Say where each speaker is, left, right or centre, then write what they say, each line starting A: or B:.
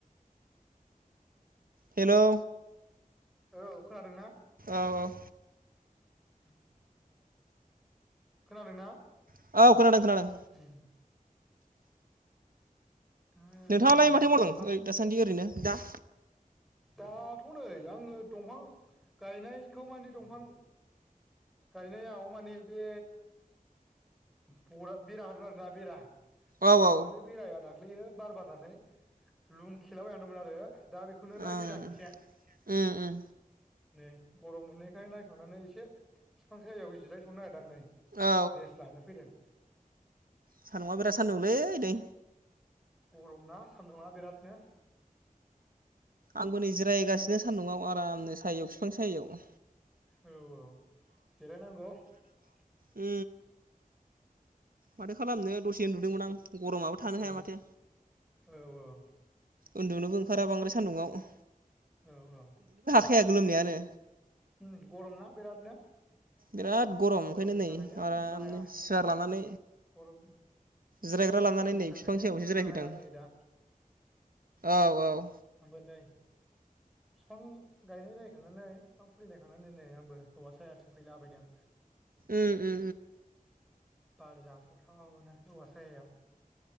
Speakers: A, on the right; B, in the centre.
A: हेलौ
B: औ खोनादों ना?
A: औ औ
B: <inaudible> खोनादोंना?
A: औ खोनादों खोनादों
B: उम आ
A: नोंथाङालाय
B: नै
A: माथो मावदों
B: दंफां
A: ओ दासान्दि ओरैनो दा।
B: दाथ नै आंङो दंफां गायनायखौ माने दंफां गायनायाव माने बे बरा-बेरा होदों आरोना बेरा।
A: औ
B: थाना
A: औ
B: बे बेराया दाग ग्लैयो बार बारनानै लुं खेलाबायना दंमोन आरो। दा बेखौनो नायफैदां
A: ओं
B: इसे
A: उम उम
B: नै गरम मोनैखाय नायखांनानै एसे बिफां सायाव जिरायथनो नागिरदां आं नै
A: औ
B: रेस्ट लानो फैदों
A: सान्दुंङा बिराद सान्दुंलै नै
B: गरम ना सान्दुङा बिरादनो
A: आंबो नै जिरायगासिनो सान्दुंआव आरामनो सायायाव बिफां साययाव
B: औ औ जिराय नांगौ
A: उ माथो खालामनो दसे उन्दुदोंमोन आं गरमाबो थानो
B: औ
A: हाया माथो
B: औ औ औ
A: उन्दुनोबो ओंखारा बांद्राय सान्दुङआव
B: औ औ
A: खाया गोलोमनायानो
B: उम गरम ना बिरादनो
A: बिराद गरम
B: गरमनि
A: ओंखायनो नै
B: थाखायनो
A: आरामनो
B: उन्दुनो हाया
A: सियार लानानै
B: गरम
A: जिरायग्रा लानानै
B: गरमनि
A: नै
B: थाखायनो
A: बिफां सायावसो
B: उन्दुनो
A: जिरायफैदों
B: हाया नै दा
A: आं औ औ
B: आंबो नै बिफां गायनाय नायखांनानै बिफां फुलिनायखांनानै नै आंबो हौवा सायाथिं फैला बायदों
A: उ उ
B: बार जाथावथावनो औवा सायायाव